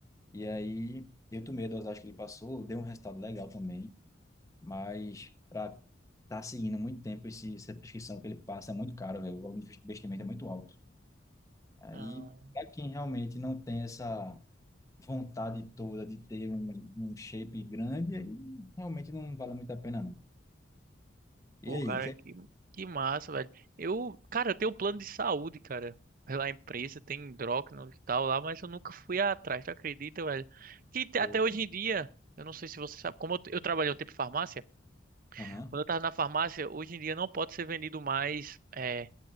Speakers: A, on the left (about 15°); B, on the right (about 45°).
A: E aí eu tomei a dosagem que ele passou, deu um resultado legal também. mas para estar tá seguindo muito tempo esse, essa prescrição que ele passa é muito caro, velho. O valor do investimento é muito alto. Aí,
B: Ah.
A: para quem realmente não tem essa vontade toda de ter um, um shape grande, aí realmente não vale muito a pena, não. E
B: Pô,
A: aí,
B: cara,
A: que é...
B: que, que massa, velho. Eu, cara, eu tenho um plano de saúde, cara. Pela empresa, tem endócrino e tal lá, mas eu nunca fui atrás, tu acredita, velho? Que te-
A: o,
B: até hoje em dia, eu não sei se você sabe, como eu, eu trabalhei um tempo em farmácia,
A: aham.
B: quando eu tava na farmácia, hoje em dia não pode ser vendido mais, é,